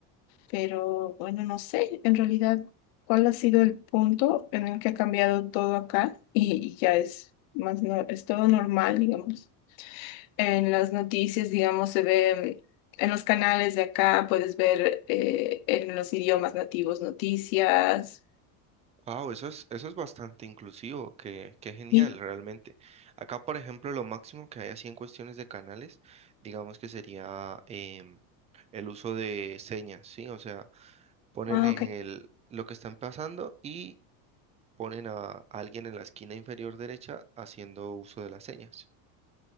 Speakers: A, on the left (about 50°); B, on the right (about 15°).
A: Pero bueno, no sé en realidad cuál ha sido el punto en el que ha cambiado todo acá y, y ya es más, no- es todo normal, digamos. En las noticias, digamos, se ve en los canales de acá, puedes ver eh, en los idiomas nativos noticias.
B: Wow, eso es, eso es bastante inclusivo, qué, qué genial
A: Sí.
B: realmente. Acá, por ejemplo, lo máximo que hay así en cuestiones de canales, digamos que sería em, el uso de señas, ¿sí? O sea, ponen
A: Ah,
B: el,
A: ok.
B: lo que están pasando y ponen a alguien en la esquina inferior derecha haciendo uso de las señas.